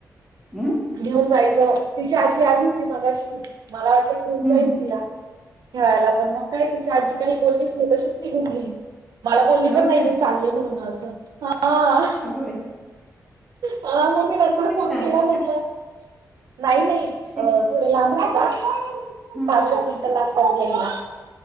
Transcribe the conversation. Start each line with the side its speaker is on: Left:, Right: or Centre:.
Centre: हम्
Right: घेऊन जायच. तिची आजी आली होती मागाशी मला वाटलं घेऊन जाईल
Centre: हम्म
Right: तिला. खेळायला पण मग काय तिची आजी काही बोललीच नाही तशीच मी नीघून गेली मला बोलली
Centre: हो
Right: पण नाही
Centre: का
Right: मी चांगले म्हणून असलं आ
Centre: अगं बई
Right: हा मग मी नंतर फोन
Centre: राहतात
Right: केला म्हटलं
Centre: का
Right: नाही नाही
Centre: शे
Right: अ थोडे लांब राहतात
Centre: ह
Right: पाचशे क्विंटल लागतात घ्यायला